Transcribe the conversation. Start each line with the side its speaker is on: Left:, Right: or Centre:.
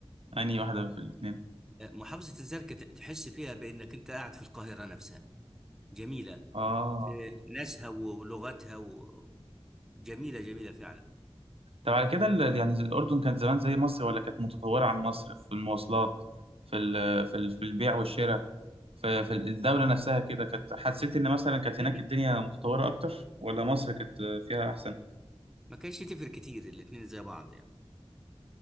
Right: أنهي واحدة في الاتنين؟
Centre: آه، محافظة الزرقاء ت- تحس فيها بأنك أنت قاعد في القاهرة نفسها جميلة
Right: اه
Centre: في ناسها و- ولغتها و... جميلة جميلة فعلا
Right: طب على كده ال- يعني الأردن كانت زمان زي مصر ولا كانت متطورة عن مصر في المواصلات في ال في ال في البيع والشراء في في الدولة نفسها كده كانت حسيت إن مثلا كانت
Centre: لكن
Right: هناك الدنيا متطورة أكتر ولا مصر كانت فيها أحسن؟
Centre: ما كانش تفرق كتير الاتنين زي بعض يعني